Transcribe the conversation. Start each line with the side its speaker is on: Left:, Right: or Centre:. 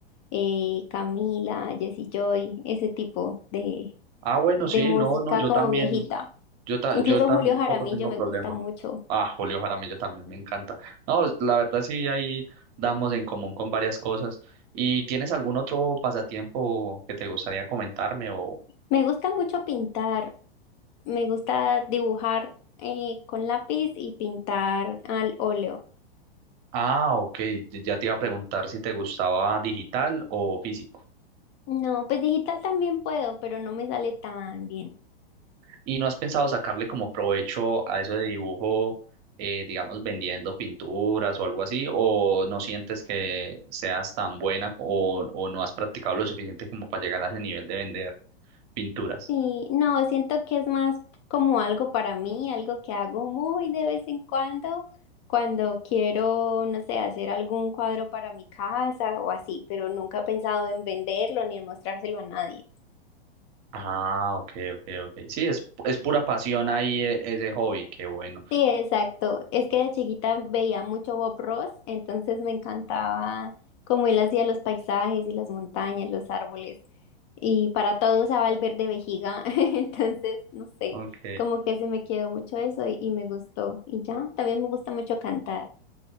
Left: eh, Camila, Jesse Joy, ese tipo de,
Right: Ah, bueno,
Left: de
Right: sí,
Left: música
Right: no, no, yo
Left: como
Right: también,
Left: viejita.
Right: yo, ta-
Left: Incluso
Right: yo tampoco
Left: Julio Jaramillo
Right: tengo
Left: me
Right: problema.
Left: gusta mucho.
Right: Ah, Julio Jaramillo también me encanta. No, la verdad sí, ahí damos en común con varias cosas. ¿Y tienes algún otro pasatiempo que te gustaría comentarme o...
Left: Me gusta mucho pintar, me gusta dibujar eh, con lápiz y pintar al óleo.
Right: Ah, ok, ya te iba a preguntar si te gustaba digital o físico.
Left: No, pues digital también puedo, pero no me sale tan bien.
Right: ¿Y no has pensado sacarle como provecho a eso de dibujo, eh, digamos, vendiendo pinturas o algo así? ¿O no sientes que seas tan buena o, o no has practicado lo suficiente como para llegar a ese nivel de vender pinturas?
Left: Sí, no, siento que es más como algo para mí, algo que hago muy de vez en cuando, cuando quiero, no sé, hacer algún cuadro para mi casa o así, pero nunca he pensado en venderlo ni en mostrárselo a nadie.
Right: Ah, ok, ok, ok. Sí, es, es pura pasión ahí e- ese hobby, qué bueno.
Left: Sí, exacto. Es que de chiquita veía mucho Bob Ross, entonces me encantaba cómo él hacía los paisajes y las montañas, los árboles. Y para todo usaba el verde vejiga, <laughs> entonces, no sé,
Right: Ok.
Left: como que se me quedó mucho eso y, y me gustó. Y ya, también me gusta mucho cantar.